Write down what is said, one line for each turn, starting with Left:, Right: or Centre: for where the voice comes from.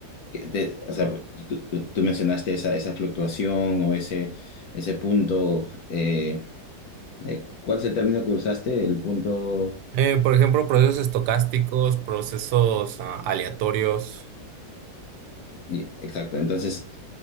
Left: que de- o sea, tú, tú- tú mencionaste esa, esa fluctuación o ese, ese punto, eh, eh, ¿cuál es el término que usaste? El punto...
Right: Eh, por ejemplo, procesos estocásticos, procesos ah, aleatorios.
Left: Y- Exacto, entonces